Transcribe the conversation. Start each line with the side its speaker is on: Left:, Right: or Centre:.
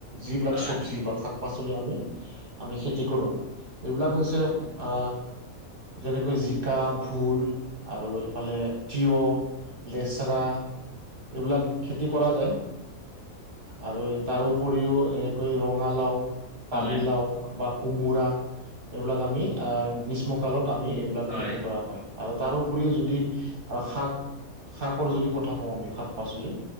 Right: যিবিলাক
Left: হয়
Right: চব্জি বা শাক-পাচলি আমি আমি খেতি কৰোঁ এইবিলাক হৈছে আ যেনেকৈ জিকা, ভোল আৰু এইফালে তিয়। লেচৰা এইবিলাক খেতি কৰা যায়। আৰু তাৰ উপৰিও যেনেকৈ ৰঙালাও
Left: হয় হয়
Right: পানীলাও বা কোমোৰা এইবিলাক আমি গ্ৰীষ্ম কালত আমি এইবিলাক
Left: হয়
Right: খেতি কৰা হয় আৰু তাৰোপৰিও যদি বা শাক শাকৰ যদি কথা কওঁ আমি, শাক- পাচলি